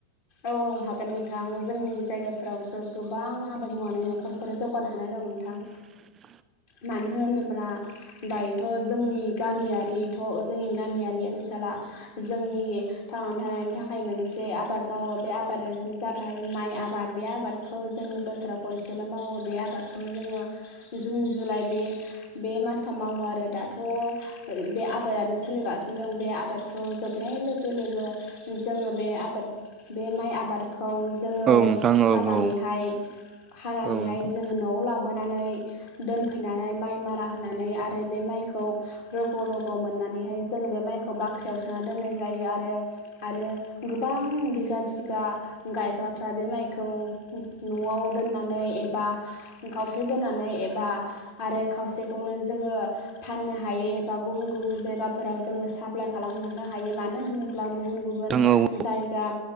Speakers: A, on the left (about 50°); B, on the right (about 25°).
A: औ औ हागोन नोंथां जोंनि जायगाफोराव जो गोबां आबाद मावनानै न'खर ओ जौगानो हानाय दं नोंथां
B: <inaudible>
A: मानो होनोब्ला दायोथ' जोंनि गामियारिथ' जोंनि गामियारि ओनसोला जोंनि थांनानै थानायनि थाखाय मोनसे आबाद मावो बे आबादनो जाबाय माइ आबाद बे आबादखौ जोंङो बोसोराव खनसेल' मावो बे आबाद जोंङो जुन जुलाइ बे बे मासाव मावो आरो दाथ' बे आबादानो सोलिगासिनो दं बे आबादखौ जोबनाय लोगो लोगो जोंङो बे आबाद बे माइ आबादखौ जोंङो
B: औ नोंथां औ
A: हानानैहाय
B: औ
A: हानानैहाय
B: औ नोंथां
A: जोंङो न'आव लाबोनानै दोनफैनानै माइ मारा होनानै आरो बे माइखौ रग' रग' मोननानैहाय जों बे माइखौ बाख्रियाव सोना दोननाय जायो आरो आरो गोबां बिगा बिगा गायग्राफ्रा बे माइखौ न'आव दोननानै एबा खावसे दोननानै एबा आरो खावसेखौनो जोंङो फाननो हायो एबा गुबुन गुबुन जायगाफोराव जोङो साप्लााय खालामहरनो हायो मानो होनोब्ला गुबुन गुबुन
B: औ औ
A: जाय दा